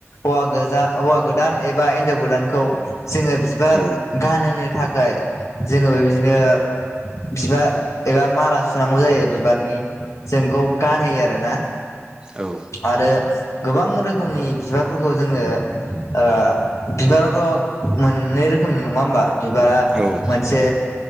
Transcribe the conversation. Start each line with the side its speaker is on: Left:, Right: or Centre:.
Left: हौवा गोजा हौवा गोदान एबा हिनजाव गोदानखौ जोङो बिबार
Right: औ
Left: गान सोनो थाखाय जोङो बेबायदिनो बिबार एबा माला सुनांगौ जायो । बिबारनि जोंखौ गानहोयो आरो ना
Right: औ
Left: आरो गोबां रोखोमनि बिबारफोरखौ जोङो ओ बिबारावथ' मोननै रोखोमनि नङा होमबा बिबारा
Right: औ
Left: मोनसे